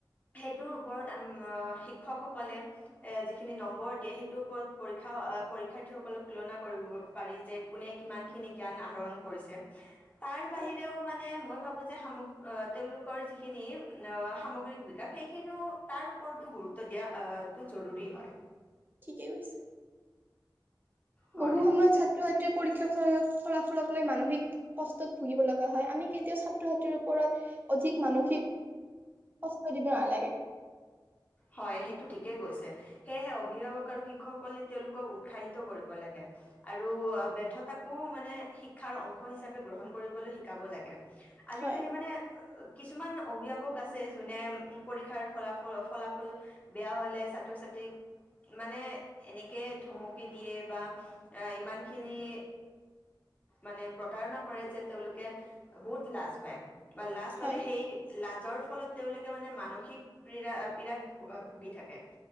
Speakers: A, on the left; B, on the right.
A: সেইটোৰ ওপৰত শিক্ষকসকলে যিখিনি নম্বৰ দিয়ে সেইটোৰ ওপৰত পৰীক্ষা পৰীক্ষাৰ্থীসকলক তুলনা কৰিব পাৰি যে কোনে কিমানখিনি জ্ঞান আহৰণ কৰিছে তাৰ বাহিৰেও
B: হয়
A: মানে মই ভাবো যে তেওঁলোকৰ যিখিনি সামগ্ৰিক বিকাশ সেইখিনিও তাৰ ওপৰতো গুৰুত্ব দিয়াটো জৰুৰী হয়
B: ঠিকেই কৈছা
A: হয়
B: বহু সময় ছাত্ৰ ছাত্ৰী পৰীক্ষাৰ ফলাফলক লৈ মানসিক কষ্টত ভুগিব লগা হয় আমি কেতিয়াও ছাত্ৰ ছাত্ৰীৰ ওপৰত অধিক মানসিক কষ্ট দিব নালাগে
A: হয় সেইটো ঠিকেই গৈছে সেয়েহে অভিভাৱক আৰু শিক্ষকলে তেওঁলোকক উৎসাহিত কৰিব লাগে আৰু ব্যৰ্থতাকো মানে শিক্ষাৰ অংশ হিচাপে গ্ৰহণ কৰিবলৈ শিকাব লাগে। আজিকালি
B: হয়
A: মানে কিছুমান অভিভাৱক আছে যোনে পৰীক্ষাৰ ফলাফ ফলাফ কল বেয়া হলে ছাত্ৰ ছাত্ৰীক মানে এনেকে ধমকি দিয়ে বা এ ইমানখিনি মানে প্ৰতাৰণা কৰে যে তেওঁলোকে বহুত লাজ পায় বা লাজ মানে
B: হয়
A: সেই লাজৰ ফলত তেওঁলোকে মানে মানসিক প্ৰীড়া বিৰাট ভ ভুগি থাকে।